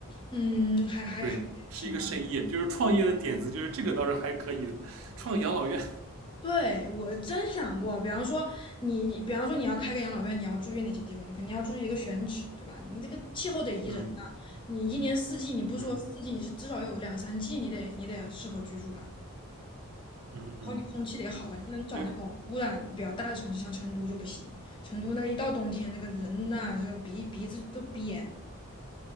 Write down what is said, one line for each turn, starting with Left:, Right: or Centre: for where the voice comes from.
Left: 嗯，还还还挺大。
Right: 对，是一个盛宴，就是创业的点子，就是这个倒是还可以的，创养老院。
Left: 对，我真想过，比方说你，比方说你要开个养老院，你要注意哪些地方？你肯定要注意一个选址，对吧？你这个气候得宜人呐、
Right: 嗯
Left: 你一年四季，你不是说四季，
Right: 嗯
Left: 你是至少有两三季，你得你得适合居住吧？
Right: 嗯嗯，
Left: 然后你空气得好吧，你不能找那种污染比较大的城市，
Right: 对，
Left: 像成都就不行。成都那一到冬天，这个人呐、这个鼻鼻子都鼻炎。